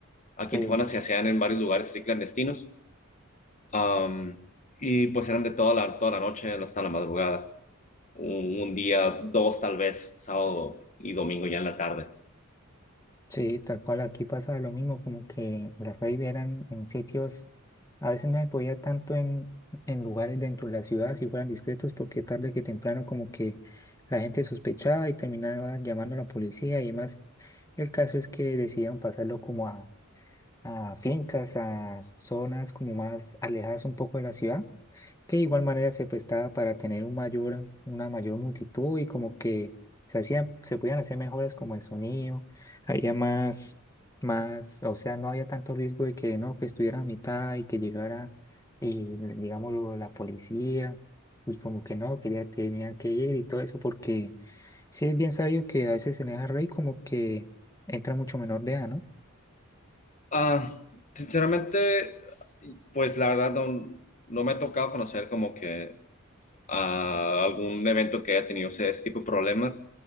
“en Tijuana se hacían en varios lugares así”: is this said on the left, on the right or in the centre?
Left